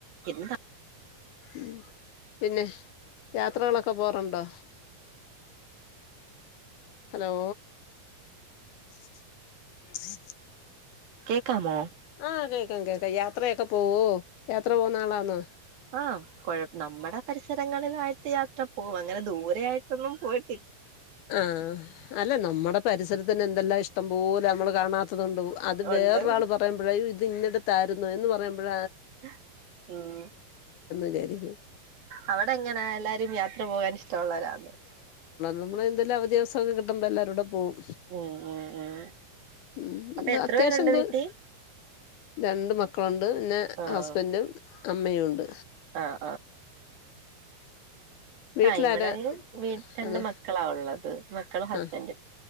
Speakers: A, on the right (about 70°); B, on the left (about 80°).
A: എന്താ
B: ഉം പിന്നെ യാത്രകളൊക്കെ പോവാറുണ്ടോ? ഹലോ. <inaudible>
A: കേക്കാമോ?
B: ആ കേക്കാം കേക്കാം യാത്രയൊക്കെ പോവോ യാത്ര പോകുന്ന ആളാന്നോ?
A: ആ കൊഴ നമ്മടെ പരിസരങ്ങളിലായിട്ട് യാത്ര പോകും അങ്ങനെ ദൂരെ ആയിട്ടൊന്നും പോയി
B: ആ അല്ല നമ്മടെ പരിസരത്തന്നെ എന്തെല്ലാം ഇഷ്ട ഷ്ടം മ്പോലെ നമ്മള് കാണാത്തതുണ്ട് അത് വേറൊരാള്
A: ഉണ്ട്
B: പറയുമ്പോഴ ഇത് ഇന്നെടുത്തായിരുന്നു എന്ന് പറയുമ്പോഴ
A: <unintelligible>
B: വിചാരിക്കും
A: അവടെ ങ്ങെനാ എല്ലാരും യാത്ര പോകാൻ? ഇഷ്ടള്ളോരാന്ന്.
B: നമ്മെള് ന്തെല്ലാം അവധി ദിവസോം ക്കെ കിട്ടുമ്പോ എല്ലാരൂടെ പോവും.
A: ഉം ഉം ഉം
B: ഉം
A: അപ്പൊ എത്ര
B: അത്യാവശ്യം
A: പേരുണ്ട്
B: ന്ത്?
A: വീട്ടി
B: രണ്ട് മക്കളൊണ്ട് ണ്ട് നെ
A: ആഹ്
B: ഹസ്ബൻറും അമ്മയും ഉണ്ട്.
A: ആഹ്
B: വീട്ടിലാരാ
A: ആ ഇവിടെയും വീട്ട രണ്ട്
B: അതെ
A: മക്കളാള്ളത് മക്കളും ഹസ്ബൻറും.
B: ആ